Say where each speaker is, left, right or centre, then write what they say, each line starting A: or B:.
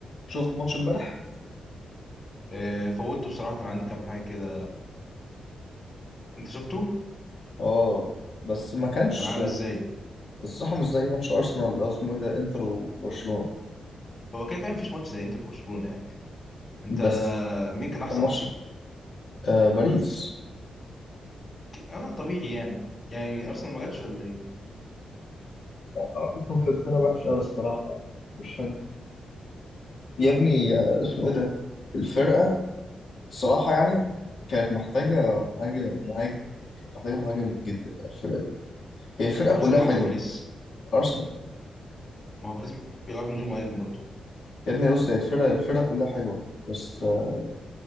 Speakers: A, on the left; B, on the left.
A: شفت ماتش امبارح
B: آه، فوتته بصراحة كان عندي كام حاجة كده انت شفته
A: اه بس ما كانش
B: كان عامل ازاي
A: الصراحه مش زي ماتش ارسنال اللي هو اسمه إيه ده انتر وبرشلونه
B: هو كده كان مفيش ماتش زي انتر برشلونة يعني انت
A: بس
B: مين كان احسن
A: كان ماتش
B: اصلا
A: آه باريس
B: اه طبيعي يعني يعني ارسنال ما جاتش ولا ايه
A: ارسنال كانت بتلعب وحش قوي الصراحه يعني مش حلو يا ابني آه اسمه
B: لا،
A: ايه ده الفرقه الصراحه يعني كانت محتاجه مهاجم مهاجم كانت محتاجه مهاجم جدا يعني الفرقه دي هي الفرقه
B: ارسنال
A: كلها حلوه
B: ولا باريس
A: ارسنال
B: ما هو باريس بيلعب من غير مهاجم برضه
A: يا ابني بص هي الفرقه الفرقه كلها حلوه بس آه